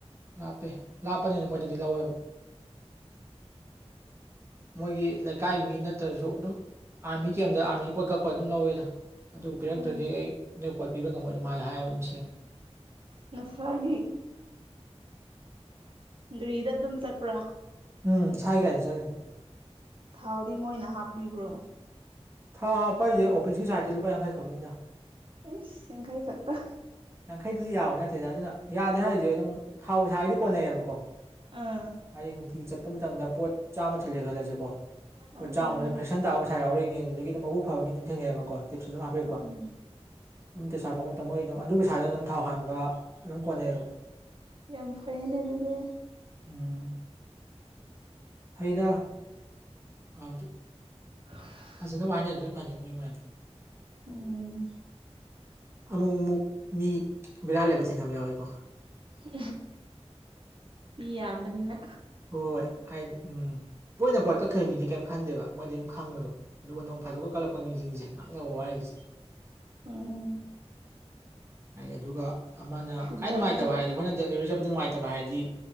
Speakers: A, on the right; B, on the right.
A: ꯂꯥꯞꯄꯦ ꯂꯥꯞꯄꯅꯤꯅ ꯃꯣꯏꯗꯗꯤ ꯂꯧꯋꯦꯕ ꯃꯣꯏꯒꯤ ꯂꯩꯀꯥꯏꯒꯤ ꯃꯤ ꯅꯠꯇ꯭ꯔꯁꯨ ꯑꯗꯨꯝ ꯑꯥꯔꯃꯤ ꯀꯦꯝꯗ ꯑꯥꯔꯃꯤ ꯄꯣꯠ ꯀꯛꯄ ꯑꯗꯨꯝ ꯂꯧꯋꯦꯗ ꯑꯗꯨꯒ ꯄꯤꯔꯛꯇ꯭ꯔꯗꯤ
B: ꯎꯝ
A: ꯑꯩ ꯅꯣꯏ ꯄꯣꯠ ꯄꯤꯕ ꯉꯝꯃꯣꯏ ꯑꯗꯨꯝ ꯍꯥꯏ ꯍꯥꯏꯕ ꯑꯗꯨꯝ ꯁꯦꯡꯉꯦ
B: ꯉꯁꯥꯏꯒꯤ ꯒ꯭ꯔꯤꯗ ꯑꯗꯨꯝ ꯆꯠꯄ꯭ꯔꯥ
A: ꯎꯝ ꯏꯁꯥꯒꯤꯒꯥꯥꯏꯗ ꯆꯠꯂꯤꯅꯦ
B: ꯊꯥꯎꯗꯤ ꯃꯣꯏꯅ ꯍꯥꯞꯄꯤꯕ꯭ꯔꯣ
A: ꯊꯥ ꯍꯥꯞꯄ ꯍꯥꯏꯁꯦ ꯑꯣꯐꯤꯁꯀꯤ ꯁꯥꯏꯠꯇꯤ ꯂꯨꯄꯥ ꯌꯥꯡꯈꯩꯈꯛꯅꯤꯗ
B: ꯑꯦꯁ ꯁꯪꯀ ꯍ ꯈꯥꯛꯄ
A: ꯌꯥꯡꯈꯩꯗꯨꯗꯤ ꯌꯥꯕ ꯅꯠꯇꯦꯗ ꯑꯗꯨꯅ ꯌꯥꯗꯦ ꯍꯥꯏꯔꯤꯁꯦ ꯑꯗꯨꯝ ꯊꯥꯎꯁꯥꯗꯤ ꯀꯣꯟꯅꯩꯌꯦꯕꯀꯣ
B: ꯑꯥ
A: ꯍꯥꯏꯗꯤ ꯅꯨꯡꯇꯤꯒꯤ ꯆꯠꯄ ꯃꯇꯝꯗ ꯄꯣꯠ ꯆꯥꯝꯃ ꯊꯜꯂꯦ ꯈꯜꯂꯁꯤꯦꯀꯣ ꯄꯣꯠ
B: ꯑꯣ
A: ꯆꯥꯝꯃꯗ ꯐꯦꯁꯟ ꯇꯥꯕ ꯄꯩꯁꯥ ꯌꯥꯎꯔꯛꯏꯅꯤ ꯑꯗꯨꯗꯒꯤ ꯑꯗꯨꯝ ꯃꯕꯨꯎ ꯐꯕ ꯃꯤ ꯑꯗꯨꯝ ꯊꯦꯡꯅꯩꯑꯕꯀꯣ ꯇꯤꯞꯁꯁꯨ ꯑꯗꯨꯝ ꯍꯥꯞꯄꯤꯔꯛꯄ
B: ꯎꯝ
A: ꯑꯝꯇꯁꯥ ꯄꯣꯛꯄ ꯃꯇꯝ ꯃꯣꯏ ꯑꯗꯨꯝ ꯑꯗꯨ ꯄꯩꯁꯥꯗꯅ ꯑꯗꯨꯝ ꯊꯥꯎ ꯍꯟꯕ ꯑꯗꯨꯝ ꯀꯣꯟꯅꯩꯌꯦꯕ
B: ꯌꯥꯝ ꯐꯥꯏꯟꯗꯗꯤ
A: ꯎꯝ ꯍꯗ ꯍꯥꯏꯗꯤ
B: ꯍ
A: ꯐꯖꯅꯕ ꯋꯥ ꯍꯥꯏꯅꯗꯤ ꯂꯣꯏ ꯐꯅꯩ ꯃꯣꯏ ꯃꯌꯥꯝꯅ
B: ꯎꯝ
A: ꯑꯃꯨꯛ ꯑꯃꯨꯛ ꯃꯤ ꯕꯦꯔꯥ ꯂꯩꯕ ꯊꯦꯡꯅꯕ ꯌꯥꯎꯏꯤꯀꯣ
B: ꯎ ꯌꯥꯕꯅꯤꯅ
A: ꯍꯣꯏ ꯍꯥꯏꯗꯤ ꯎꯝ ꯄꯣꯏꯅ ꯄꯣꯏ ꯀꯛꯈ꯭ꯔꯣꯏ ꯃꯤꯗꯤ ꯀꯔꯤꯝ ꯈꯟꯗꯦꯕ ꯃꯣꯏꯗꯤ ꯑꯗꯨꯝ ꯈꯪꯕꯗꯣ ꯑꯗꯨꯒ ꯅꯣꯡ ꯐꯥꯗꯣꯛꯒ ꯀꯜꯂꯛꯄ ꯃꯤꯁꯤꯡꯁꯦ ꯉꯥꯡꯅꯕ ꯋꯥꯔꯤꯁꯦ
B: ꯎꯝ
A: ꯍꯥꯏꯗꯤ ꯑꯗꯨꯒ ꯑꯃꯅ
B: ꯐꯨꯗꯠꯂꯨ
A: ꯈꯗꯥꯏ ꯅꯨꯡꯉꯥꯏꯇꯕ ꯍꯥꯏꯔꯗꯤ ꯑꯩꯈꯣꯏꯅ ꯗꯦꯂꯤꯕꯔꯤ ꯆꯠꯄꯗ ꯅꯨꯡꯉꯥꯏꯇꯕ ꯍꯥꯏꯔꯗꯤ